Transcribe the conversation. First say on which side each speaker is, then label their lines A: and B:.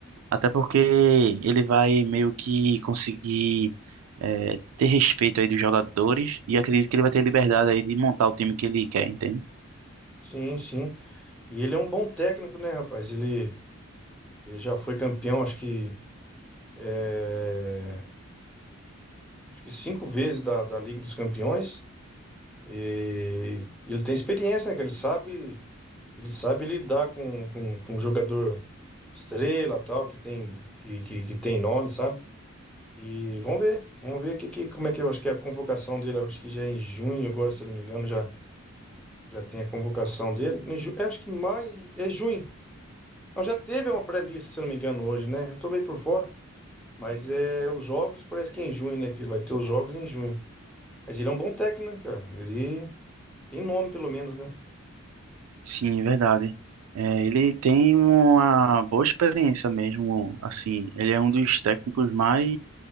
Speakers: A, on the right (about 80°); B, in the centre.
A: até porque ele vai meio que conseguir é, ter respeito aí dos jogadores e acredito que ele vai ter liberdade aí de montar o time que ele quer, entende?
B: Sim, sim. E ele é um bom técnico, né, rapaz? Ele, ele já foi campeão, acho que, é, acho que cinco vezes da, da Liga dos Campeões. E ele tem experiência, né? Que ele sabe, ele sabe lidar com, com, com jogador estrela, tal, que tem, que, que, que tem nome, sabe? E vamos ver, vamos ver que, que, como é que eu acho que é a convocação dele. eu Acho que já é em junho, agora, se eu não me engano, já, já tem a convocação dele. Em ju- é, acho que em maio, é junho. Não, já teve uma pré-lista, se eu não me engano, hoje, né? Eu tô meio por fora, mas é os jogos, parece que é em junho, né? Que vai ter os jogos em junho. Mas ele é um bom técnico, né, cara? Ele tem nome, pelo menos, né?
A: Sim, é verdade. É, ele tem uma boa experiência mesmo, assim, ele é um dos técnicos mais